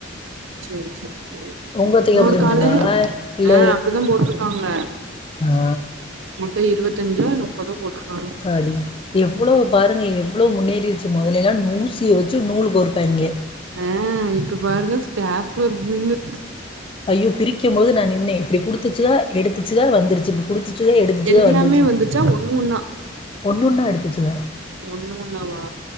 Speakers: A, on the right (about 70°); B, on the left (about 25°).
A: சேரி சேரி சேரி
B: உங்க அத்தைக்கு
A: இன்னொரு
B: அப்படிதான்
A: காலு
B: போட்டிருந்தாங்களா இல்ல
A: ஆ அப்டிதான் போட்ருக்காங்க
B: ஆ
A: மூட்டை இருபத்தஞ்சோ நுப்பதோ போட்டுருக்காங்க
B: வாடி எவ்ளோ பாருங்க எவ்ளோ முன்னேறிடுச்சு முதல எல்லாம் நூசியை வச்சு நூல்கோற்ப்பாய்ங்க
A: ஆ இப்ப பாருங்க ஸ்டாப்லர் பின்னு
B: ஐயோ பிரிக்கும் போது நான் நின்னேன் இப்டி குடுத்துச்சுக எடுத்துச்சுக வந்துருச்சு குடித்துச்சுக எடுத்துச்சுக
A: எல்லாமே
B: வந்துச்சு
A: வந்துருச்சா ஒண்ணு ஒன்னா
B: ஒண்ணுன்னா எடுத்துச்சுக
A: ஒண்ணு ஒன்னாவா